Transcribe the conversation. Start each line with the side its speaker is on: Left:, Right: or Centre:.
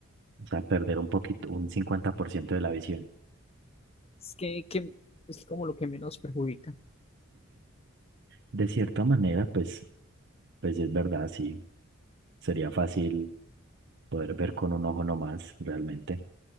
Right: o sea, perder un poquito, un 50% de la visión.
Left: Es que, que es como lo que menos perjudica.
Right: De cierta manera, pues, pues es verdad, sí, sería fácil poder ver con un ojo nomás, realmente.